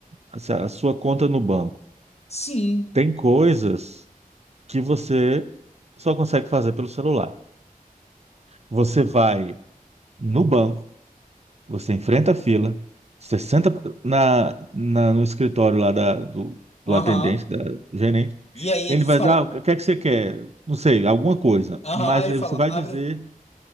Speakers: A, on the right; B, on the left.
A: a se- a sua conta no banco.
B: Sim.
A: Tem coisas que você só consegue fazer pelo celular. Você vai no banco Você enfrenta a fila, você senta na, na- no escritório lá da, do, do
B: Aham.
A: atendente, da do gerente.
B: E aí
A: Ele
B: ele fala,
A: vai dizer, ah, o que é que você quer? Não sei, alguma coisa.
B: aham,
A: Mas
B: ele
A: aí
B: fala,
A: você vai
B: abre,
A: dizer,